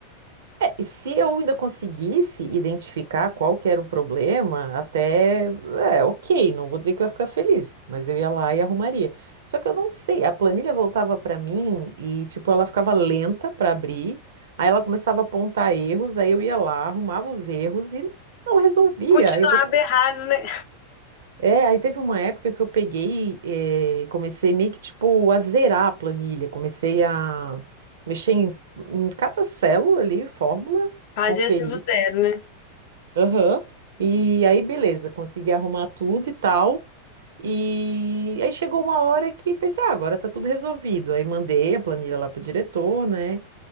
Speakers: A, on the right (about 60°); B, on the left (about 45°).
A: É, e se eu ainda conseguisse identificar qual que era o problema, até, é, ok, não vou dizer que eu ia ficar feliz, mas eu ia lá e arrumaria. Só que eu não sei, a planilha voltava para mim e, tipo, ela ficava lenta para abrir, aí ela começava a apontar erros, aí eu ia lá, arrumava os erros e não resolvia.
B: Continuava
A: Aí eu pensei,
B: errado, né?
A: é, aí teve uma época que eu peguei, eh, comecei meio que, tipo, a zerar a planilha, comecei a mexer em, em cada célula ali, fórmula,
B: Fazer
A: conferir.
B: assim do zero, né?
A: Aham. E aí, beleza, consegui arrumar tudo e tal. E aí chegou uma hora que pensei, ah, agora tá tudo resolvido. Aí mandei a planilha lá pro diretor, né?